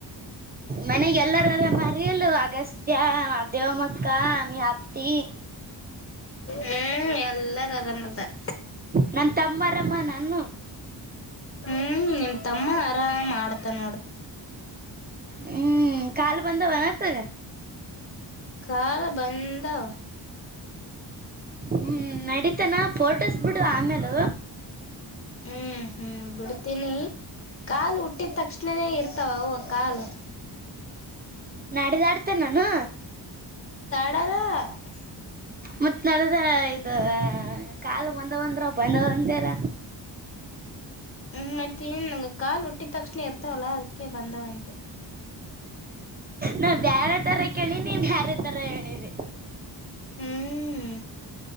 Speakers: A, on the right; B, on the left.
A: ಮನೆಗೆಲ್ಲಾ ಎಲ್ಲರ ಆರಮಾರಿಲ್ಲ. ಅಗಸ್ತ್ಯ, ದೇವಮಕ್ಕ, ನಿಮ್ಮ ಅತ್ತಿ,
B: ಹಾ. ಎಲ್ಲಾರು ಆರಾಮದರ.
A: ನಮ್ಮ ತಮ್ಮ ಆರಾಮ್ ಆನನು.
B: ಹ್ಮ್ ನಿಮ್ ತಮ್ಮ ಆರಾಮ್ ಆಡ್ತಾನ ನೋಡು.
A: ಹ್ಮ್ ಕಾಲು ಬಂದವ ಅನ ಅತಗ.
B: ಕಾಲ್ ಬಂದ್ವ.
A: ಹ್ಮ್ ನಡೀತನ ಫೋಟೋಸ್ ಬಿಡು ಆಮೇಲು.
B: ಹ್ಮ್ ಹ್ಮ್ ಬಿಡ್ತೀನಿ. ಕಾಲು ಹುಟ್ಟಿದ ತಕ್ಷಣನೇ ಇರ್ತಾವ ಅವ್ ಕಾಲು.
A: ನಡಿದಾಡ್ತೇನ ಅನ್ನೂನು.
B: <unintelligible>
A: ಮತ್ತ್ ನಡದ ಇದ ಕಾಲ ಬಂದವ ಅಂದ್ರ ಬಂದವ ಅಧ್ಯಾಲ.
B: <inaudible> ಹ್ಮ್ ಮತ್ತನ್ ಕಾಲ ಹುಟ್ಟಿದ ತಕ್ಷಣ ಇರ್ತವಲ್ಲ ಅದಕ್ಕೆ ಬಂದವಂದೆ.
A: ನಾ ಬ್ಯಾರೆ ತರ ಕೇಳಿನಿ, ಬ್ಯಾರೆ ತರ ಹೇಳಿದಿ,
B: ಹ್ಮ್